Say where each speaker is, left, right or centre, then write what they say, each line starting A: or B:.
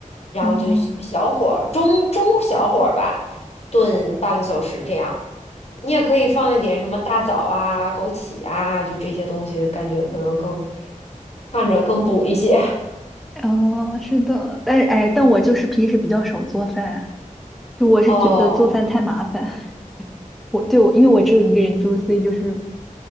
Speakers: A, on the left; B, in the centre.
A: 然后就小火儿中中小火儿吧，
B: 哦，
A: 炖半个小时这样。你也可以放一点什么大枣啊、枸杞啊，就这些东西，感觉可能更看着更补一些。
B: 哦，是的，但是哎，但我就是平时比较少做饭，就我是觉得做饭太麻烦。
A: 哦，
B: <laughs> 我对我，因为我只有一个人住，所以就是